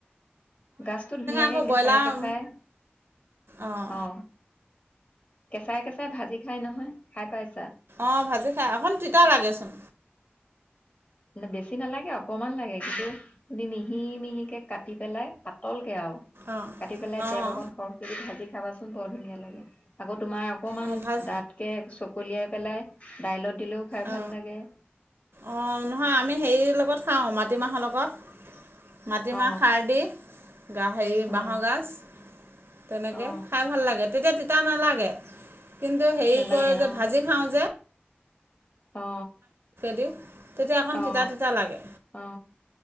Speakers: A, on the left; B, on the right.
A: গাজটো ধুনীয়াকে
B: আকৌ
A: কেঁচাই
B: ব্ৰইলাৰ
A: কেঁচাই
B: অঁ
A: অ কেঁচাই কেঁচাই ভাজি খাই নহয় খাই পাইছো।
B: অ ভাজি খাই অকন তিতা লাগেচোন
A: বেছি নালাগে অকমান লাগে। কিন্তু মিহি মিহিকে কাটি পেলাই পাতল কে আৰু
B: অঁ
A: কাটি পেলাই
B: অঁ
A: তেল অকন সৰহক ভাজি খাবাচোন বৰ ধুনীয়া লাগে। আকৌ তোমাৰ অকমান
B: অঁ ভাজ
A: দাতকে চকলিয়াই পেলাই দাইলত দিলেও খাই
B: অ
A: ভাল লাগে
B: অ নহয় আমি হেৰি লগত খাওঁ মাটিমাহৰ লগত। মাটিমাহ
A: অ
B: খাৰ দি হেৰি
A: অ
B: বাঁহগাজ তেনেকে
A: অ
B: খাই ভাল লাগে। তেতিয়া তিতা নেলাগে কিন্তু হেৰি
A: নেলাগে
B: কৰে যে
A: অ
B: ভাজি খাওঁ যে
A: অ
B: দি তেতিয়া অকণ
A: অ
B: তিতা তিতা লাগে।
A: অ